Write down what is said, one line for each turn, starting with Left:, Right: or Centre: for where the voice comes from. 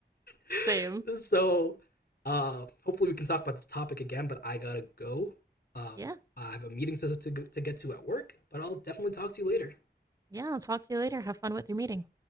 Left: <laughs>
Right: <laughs> Same.
Left: so uh hopefully we can talk about this topic again, but I gotta go. Um
Right: Yeah.
Left: I have a meeting to to, to get to at work, but I'll definitely talk to you later.
Right: Yeah. I'll talk to you later. Have fun with your meeting.